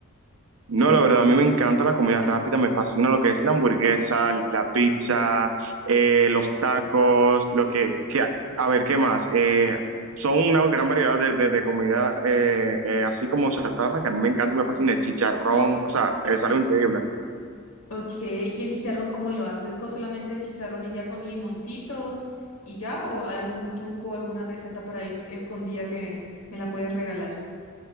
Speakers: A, on the right (about 75°); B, on the left (about 80°).
A: No, la verdad, a mí me encanta la comida rápida, me fascina lo que es la hamburguesa, la pizza, eh, los tacos, lo que, que- a ver, ¿qué más? Eh, son una gran variedad de, de- de comida, eh, eh, así como chatarra, que a mí me encanta y me fascina, el chicharrón,
B: <laughs>
A: o sea, es algo increíble.
B: Ok, ¿y el chicharrón cómo lo haces? ¿Es con solamente chicharrón y ya con limoncito y ya? ¿O hay algún truco, alguna receta por ahí escondida que me la puedes regalar?